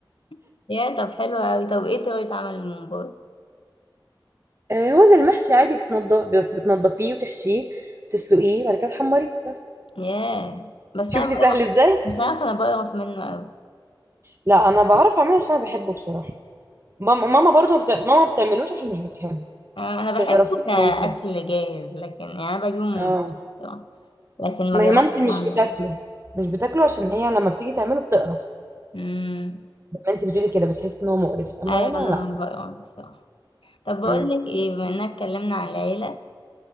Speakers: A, on the left; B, on the right.
A: <laughs> يا طب حلو قوي طب ايه طريقة عمل الممبار
B: آه، هو زي المحشي عادي بتنضف بس بتنضفيه وتحشيه وتسلقيه بعد كده تحمريه بس
A: يا بس
B: شفتي
A: انا بقى-
B: سهل ازاي
A: مش عارفة انا بقرف منه قوي
B: لا انا بعرف اعمله عشان انا بحبه بصراحه مام- ماما برضو ما بت... ماما ما بتعملوش عشان مش بتحبه
A: آه، انا
B: بتقرف
A: بحبه
B: منه
A: كاكل
B: زي كده
A: جاهز لكن يعني انا بجيبه من
B: اه
A: بره بصراحه لكن ما
B: ما
A: جربتش
B: هي مامتي مش
A: اعمله
B: بتاكله مش بتاكله عشان هي لما بتيجي تعمله بتقرف
A: امم
B: زي ما انت بتقولي كده بتحس ان هو مقرف اما
A: ايوه
B: انا
A: انا
B: لا
A: بقرا بصراحه طب بقول
B: مم.
A: لك ايه بما اننا اتكلمنا عن العيله